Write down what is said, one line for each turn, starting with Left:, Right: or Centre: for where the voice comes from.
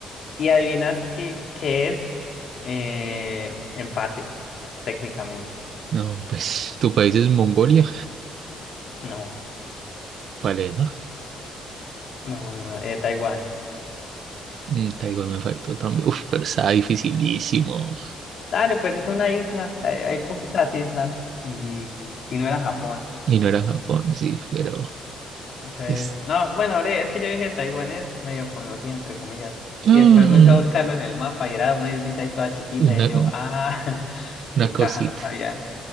Left: y adivinas qué, qué es, eh, empate, técnicamente.
Right: No, pues tu país es Mongolia.
Left: No,
Right: ¿Cuál es, no?
Left: no, no, no, eh, Taiwán.
Right: Mm, Taiwán me faltó también. Uf, pero estaba dificilísimo.
Left: Dale, pues es una isla, hay, hay poquitas islas y, y no era Japón.
Right: Y no era Japón, sí, pero
Left: Entonces,
Right: es
Left: no, bueno, hombre, es que yo dije Taiwán es medio conocida, entre comillas.
Right: mm,
Left: Y después me fui a buscarlo en el mapa y era una islita ahí toda chiquita.
Right: una,
Left: Y yo, ah, <laughs> qué
Right: una cosita.
Left: caja, no sabía.